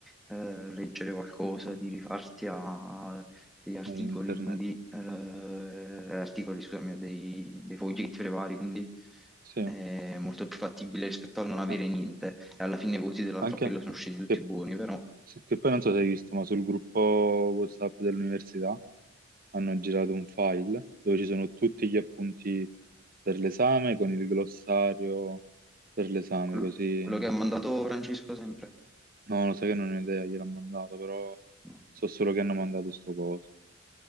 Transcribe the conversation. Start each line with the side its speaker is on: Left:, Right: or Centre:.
Centre: eh, leggere qualcosa, di rifarti a degli articoli,
Right: è internet.
Centre: quindi eh, articoli, scusami, dei, dei foggetti vari, quindi
Right: Sì.
Centre: è molto più fattibile rispetto a non avere
Right: Ah,
Centre: niente. E alla fine i voti dell'appello
Right: Anche
Centre: sono usciti tutti
Right: che,
Centre: buoni, però
Right: che poi non so se hai visto, ma sul gruppo WhatsApp dell'università hanno girato un file dove ci sono tutti gli appunti per l'esame con il glossario per l'esame,
Centre: quello,
Right: così
Centre: quello che ha mandato Francesco sempre.
Right: no, lo sai che non ho idea, gliel'ho mandato, però
Centre: no.
Right: so solo che hanno mandato sto coso.